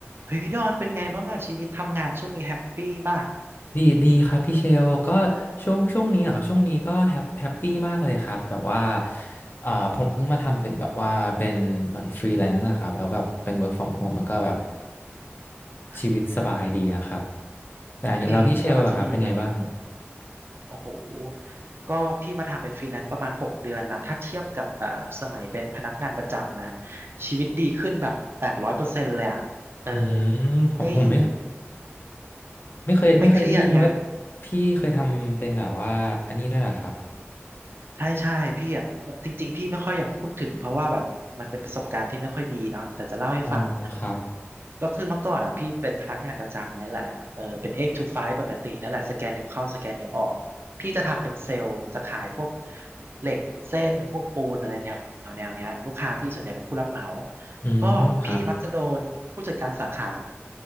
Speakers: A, on the right; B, on the left.
A: เฮ้ยดอนเป็นไงบ้างอะชีวิตทำงานช่วงนี้แฮปปี้ป่ะ
B: ดีดีครับพี่เชลก็ช่วงช่วงนี้เหครับช่วงนี้ก็แฮปแฮปปี้มากเลยครับแบบว่าเอ่อผมเพิ่งมาทำเป็นแบบว่าเป็นเหมือนฟรีแลนซ์นะครับแล้วแบบเป็น work from home มันก็แบบ
A: อ่า
B: ชีวิตสบายดีอะครับแต่อย่างนี้แล้วพี่เชลอะครับเป็นไงบ้าง
A: จริงแล้วมันจะดีกว่านี้โอ้โหก็พี่มาทำเป็นฟรีแลนซ์ประมาณหกเดือนแล้วถ้าเทียบกับแบบสมัยเป็นพนักงานประจำนะชีวิตดีขึ้นแบบแปดร้อยเปอร์เซ็นต์เลยอะเออ
B: อืมผมผมไม่
A: ไม่
B: ไม่เคยไม่เคยได้ยินว่า
A: ไม่เครียดไง
B: พี่เคยทำเป็นแบบว่าอันนี้ด้วยเหรอครับ
A: ใช่ใช่พี่อะจริงๆพี่ไม่ค่อยอยากพูดถึงเพราะว่าแบบมันเป็นประสบการณ์ที่ไม่ค่อยดีเนาะแต่จะเล่าให้ฟัง
B: อ๋อครับ
A: ก็คือเมื่อก่อนอ่ะพี่เป็นพนักงานประจำเนี่ยแหละเออเป็น eight to five ปกติเนี่ยแหละสแกนนิ้วเข้าสแกนนิ้วออกพี่จะทำเป็นเซลล์จะขายพวกเหล็กเส้นพวกปูนอะไรแนวแนวเนี้ยลูกค้าพี่ส่วนใหญ่เป็นผู้รับเหมา
B: อืมครับ
A: ก็พี่มักจะโดนผู้จัดการสาขา